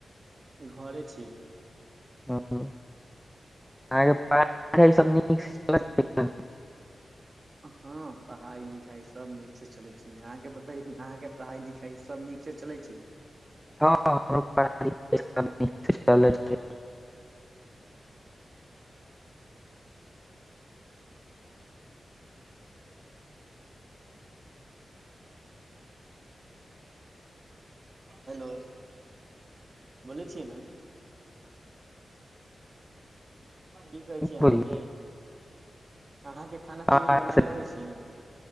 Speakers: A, on the right; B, in the centre.
A: घरे छियै
B: हँ अहके पढ़ाय सभ नीक चलै छैय न?
A: हँ पढ़ाई लिखाई सब नीक से चले छैय अहाँके बताे अहाँके पढ़ाई लिखाई सब नीक? निक से चलै छैय?
B: हँ हमरो पढ़ाइ लिखाइ सब निकसॅ चलै छैय।
A: <unintelligible> हेलो बोलै छियै न की कहै छियै आहाँ
B: बुझलियै
A: के अहाँके खाना पीना
B: अहाँ
A: बनाबै
B: से
A: अबै छियै?